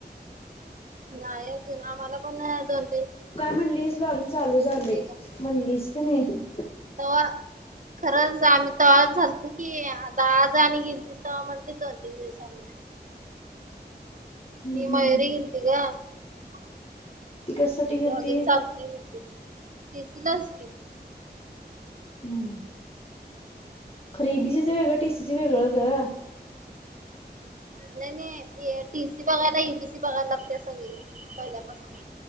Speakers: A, on the right (about 50°); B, on the left (about 35°).
A: नाही अजून आम्हाला पण नाही अजून.
B: तू काय म्हणलीस? लॉगइन चालू झालय
A: ला
B: म्हणलीस क नाही?
A: तवा खरंच आम्ही तवाच झालत की आता आज आणि गेलतीस तवा म्हटलीत दोन-तीन दिवसांनी.
B: हम्म
A: ही
B: हम्म
A: मयुरी गेलती ग. <inaudible>
B: ती कशासाठी गेलती
A: लॉगिन चालू नाही म्हटली. <inaudible> पि सी लाच
B: हम्म. खर इ डी सी च वेगळ, टी सी च वेगळ गं.
A: नाही नाही टी सी बघायला इ बी सी बघायला लागतिया सगळी पहिल्यापासून.